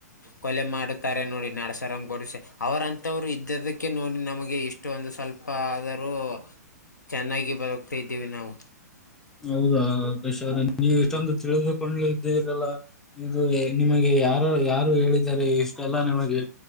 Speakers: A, on the left (about 85°); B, in the centre.
A: ಕೊಲೆ ಮಾಡುತ್ತಾರೆ ನೋಡಿ ನಡಸ ಗೋಡ್ಸೆ ಅವರಂತವ್ರು ಇದ್ದಿದಕ್ಕೆ ನೋಡಿ ನಮಗೆ ಇಷ್ಟ ಒಂದು ಸ್ವಲ್ಪ ಆದರೂ. ಚೆನ್ನಾಗಿ ಬದುಕ್ತಾದ್ದೀವಿ ನಾವು.
B: ಹೌದಾ ಆಕಾಶವ್ರೆ ನೀವು
A: ಹ್ಮ್
B: ಎಷ್ಟಂದು ತಿಳಿದುಕೊಂಡಿದ್ದ ಇರಲ್ಲ ಇದು ನಿಮಗೆ ಯಾರ ಯಾರು ಹೇಳಿದಾರೆ ಇಷ್ ಟೆಲ್ಲ ನಿಮಗೆ